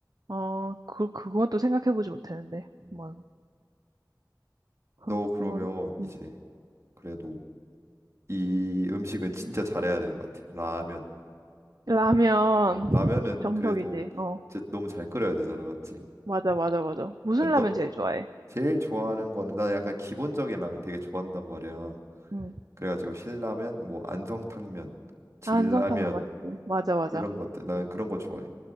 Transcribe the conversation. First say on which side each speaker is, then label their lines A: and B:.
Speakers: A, on the right; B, on the right.
A: 아, 그, 그것도 생각해보지 못했는데.
B: 음.
A: 뭐, 그렇구먼.
B: 너 그러면 이제
A: 음.
B: 그래도 이 음식은 진짜 잘해야 되는 것 같아. 라면.
A: 라면,
B: 어, 라면은
A: 정석이지.
B: 그래도
A: 어,
B: 진짜 너무 잘 끓여야 되잖아, 맞지?
A: 맞아, 맞아, 맞아. 무슨
B: 아, 너
A: 라면 제일 좋아해?
B: 제일 좋아하는 거는 나 약간 기본적인 라면 되게 좋아한단 말이야.
A: 음.
B: 그래가지고 신라면, 뭐 안성탕면, 진라면
A: 안성탕면 맛있지. 맞아, 맞아.
B: 이런 것들 난 그런 거 좋아해.